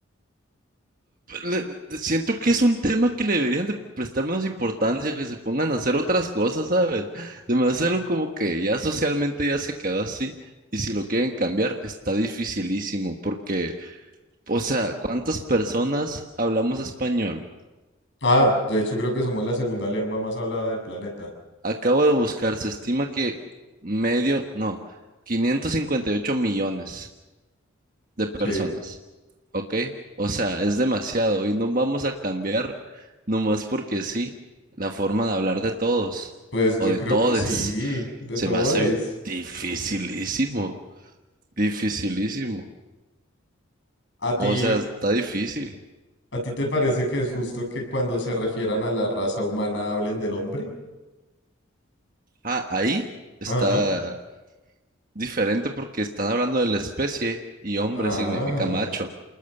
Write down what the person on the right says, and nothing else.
le- le- siento que es un tema que le deberían de prestar menos importancia, que se pongan a hacer otras cosas, ¿sabes? De hacerlo como que ya socialmente ya se quedó así. Y si lo quieren cambiar, está dificilísimo, porque, o sea, ¿cuántas personas hablamos español?
Acabo de buscar, se estima que medio, no, 558 millones de personas.
¿ok? O sea, es demasiado y no vamos a cambiar nomás porque sí la forma de hablar de todos
o
de
todes.
Se
me hace dificilísimo, dificilísimo.
O sea, está difícil.
Ah, ahí está
diferente porque están hablando de la especie y hombre
significa macho.